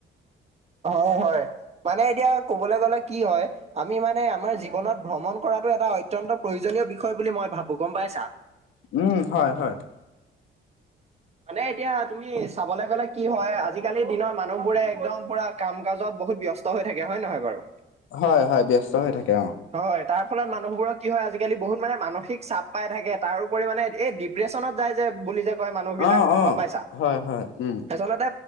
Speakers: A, on the right (about 30°); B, on the left (about 85°).
A: হয়, হয় মানে এতিয়া কবলৈ গ'লে কি হয় আমি মানে আমাৰ জীৱনত ভ্ৰমণ কৰাটো এটা অত্যন্ত প্ৰয়োজনীয় বিষয় বুলি মই ভাবো, গ'ম পাইছা?
B: উম, হয়, হয়।
A: মানে এতিয়া তুমি চাবলৈ গ'লে কি হয়, আজিকালিৰ দিনৰ মানুহ বোৰে একদম পুৰা কাম কাজত বহুত ব্যস্ত হৈ থাকে হয় নহয় বাৰু?
B: হয় হয় ব্যস্ত হৈ থাকে অ
A: হয়, তাৰ ফলত মানুহবোৰৰ কি হয় আজিকালি বহুত মানে মানসিক চাপ পাই থাকে। তাৰোপৰি মানে এই প্ৰেচনত যায় যে বুলি যে কয় মানুহ বিলাক
B: অ অ
A: গ'ম পাইছা?
B: হয় হয় উম
A: আচলতে